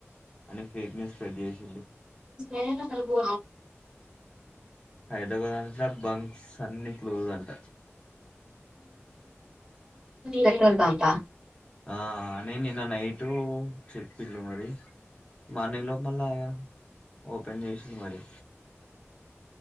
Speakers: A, on the left; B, on the right.
A: అని ఫేక్ న్యూస్ స్ప్రెడ్ చేసింది
B: ఏభవు
A: హైదరాబాద్ అంత బం సన్నీ క్లుజ్ అంట
B: పెట్రోల్ పంపా
A: ఆ అని నిన్న నైటు చెప్పిళ్ళు మరి మార్నింగ్ లోపల ఆ ఓపెన్ చేసిళ్ళు మరి